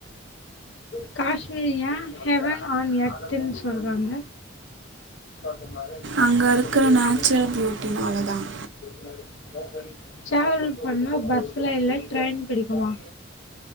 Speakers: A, on the left; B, on the right.
A: <unintelligible> காஷ்மீர யா ஹெவன் ஆன் எர்துன் சொல்றாங்க <unintelligible> அங்க
B: அங்கே இருக்கிற
A: இருக்குற
B: நேச்சுரல் பியூட்டினால தான்
A: நேச்சுரல் <unintelligible> டிராவல் பண்ணா பஸ்ல இல்ல ட்ரெயின் பிடிக்குமா